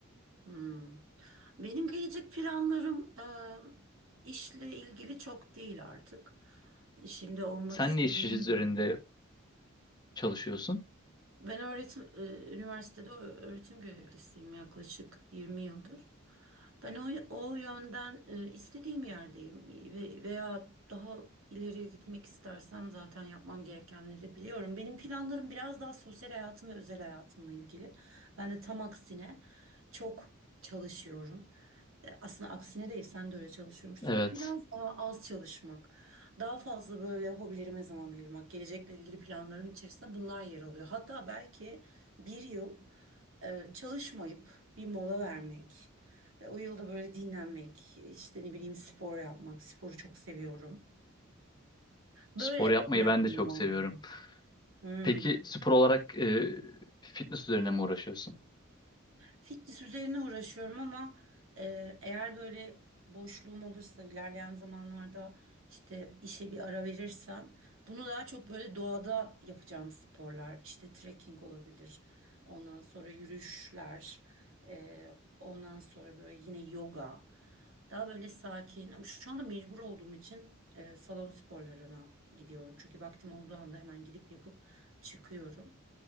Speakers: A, on the right; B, on the left.
A: Hmm. Benim gelecek planlarım e, işle ilgili çok değil artık. Şimdi olmak
B: Sen
A: istediğim
B: ne iş üzerinde
A: yerdeyim.
B: çalışıyorsun?
A: Ben öğretim, e, üniversitede öğretim görevlisiyim yaklaşık 20 yıldır. Ben o, o yönden e, istediğim yerdeyim ve, veya daha ileriye gitmek istersem zaten yapmam gerekenleri biliyorum. Benim planlarım biraz daha sosyal hayatım ve özel hayatımla ilgili. Ben de tam aksine çok çalışıyorum. E, Aslında aksine değil sen de öyle çalışıyormuşsun
B: Evet,
A: ama biraz daha az çalışmak, daha fazla böyle hobilerime zaman ayırmak, gelecekle ilgili planlarım içerisinde bunlar yer alıyor. Hatta belki bir yıl e, çalışmayıp bir mola vermek. Ve O yılda böyle dinlenmek, işte ne bileyim spor yapmak, sporu çok seviyorum. Böyle
B: spor yapmayı
A: planlarım
B: ben de çok
A: vardı.
B: seviyorum.
A: gibi. Hmm.
B: Peki spor olarak e, fitness üzerine mi uğraşıyorsun?
A: Fitness üzerine uğraşıyorum ama e, eğer böyle boşluğum olursa ilerleyen zamanlarda işte işe bir ara verirsem bunu daha çok böyle doğada yapacağım sporlar işte trekking olabilir ondan sonra yürüyüşler e, ondan sonra böyle yine yoga daha böyle sakin ama şu anda mecbur olduğum için e, salon sporlarına gidiyorum çünkü vaktim olduğu anda hemen gidip yapıp çıkıyorum.